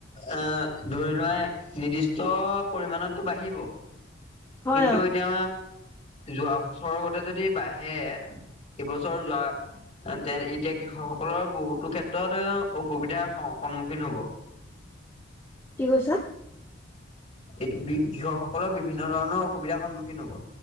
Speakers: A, on the left; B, on the left.
A: অ ধৰি লোৱা নিৰ্দিষ্ট পৰিমানতটো বাঢ়িব।
B: হয়
A: কিন্তু
B: অ',
A: এতিয়া যোৱা বছৰৰ গতে যদি বাহ হে এইবছৰ যোৱাতে এতিয়া কৃষকসকলৰ বহুত টো ক্ষেত্ৰত অ অসুবিধাৰ স সন্মুখীন হব।
B: কি কৈছা?
A: কৃষকসকলৰ বিভিন্ন ধৰণৰ অসুবিধাৰ সন্মুখীন হ'ব।